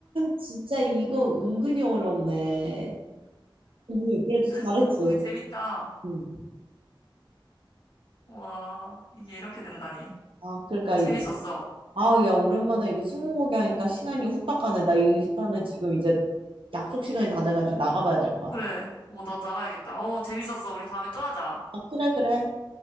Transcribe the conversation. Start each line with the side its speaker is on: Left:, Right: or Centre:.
Right: 진짜 이거 은근히 어렵네. 응, 그래도 잘했지.
Left: 스무고개 재밌다.
Right: 응.
Left: 와, 이게 이렇게 된다니.
Right: 아, 그러니까
Left: 재밌었어.
Right: 이- 아, 야, 오랜만에 이거 스무고개 하니까 시간이 후딱 가네. 나 일단은
Left: 어,
Right: 지금 이제 약속 시간이 다 돼가지고 나가봐야 될 것
Left: 그래.
Right: 같아.
Left: 어, 나도 나가야겠다. 어, 재밌었어. 우리 다음에 또 하자.
Right: 아, 그래, 그래.